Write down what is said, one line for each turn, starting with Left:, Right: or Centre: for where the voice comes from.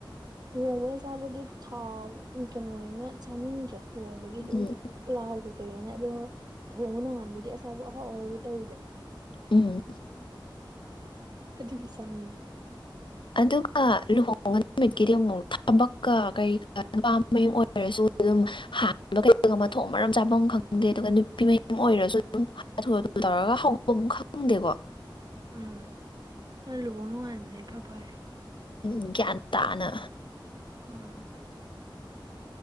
Right: ꯂꯨꯍꯣꯡꯕꯩ ꯆꯥꯕꯗꯤ ꯊꯥꯎ ꯀꯩꯅꯣꯅꯤꯅ ꯆꯥꯅꯤꯡꯗ꯭ꯔꯦ ꯂꯨꯕꯒꯤ
Left: ꯎꯝ
Right: ꯑꯗꯨꯝ ꯄ꯭ꯂꯥꯎ ꯀꯩꯩꯀꯩ ꯍꯦꯡꯉꯨꯅꯦ ꯑꯗꯣ ꯂꯨꯍꯣꯡꯕ ꯅꯣꯡꯉꯥꯟꯕꯩꯗꯤ ꯑꯆꯥꯄꯣꯠ ꯑꯍꯥꯎ ꯑꯍꯥꯎꯕ ꯇꯧꯏꯗꯥꯅ
Left: ꯑꯝ
Right: ꯑꯗꯨꯒꯤ ꯆꯥꯡ
Left: ꯑꯗꯨꯒ ꯂꯨꯍꯣꯡꯉꯥꯟ ꯅꯨꯃꯤꯠꯀꯤꯗꯤ ꯃꯧꯅꯥ ꯊꯥꯕꯛꯀ ꯀꯩꯀꯥ ꯅꯨꯄꯥ ꯃꯌꯨꯝ ꯑꯣꯏꯔꯁꯨ ꯑꯗꯨꯝ ꯍꯥꯟꯕ ꯀꯩꯗꯧꯕ ꯃꯊꯣꯡ ꯃꯔꯝ ꯆꯥꯚꯝ ꯈꯪ ꯈꯪꯗꯦ ꯑꯗꯨꯒ ꯅꯨꯄꯤ ꯃꯌꯨꯝ ꯑꯣꯏꯔꯁꯨ ꯑꯗꯨꯝ ꯍꯥꯊꯨ ꯍꯥꯊꯨ ꯇꯧꯔꯒ ꯍꯧꯚꯝ ꯈꯪꯗꯦꯀꯣ
Right: ꯑꯝ ꯂꯨꯍꯣꯡ ꯅꯣꯡꯉꯥꯟꯕꯁꯤꯅ ꯏꯐꯥ ꯐꯥꯔꯦ ꯄꯥꯔꯦ
Left: ꯎꯝ, ꯒ꯭ꯌꯥꯟ ꯇꯥꯅ
Right: ꯑꯝ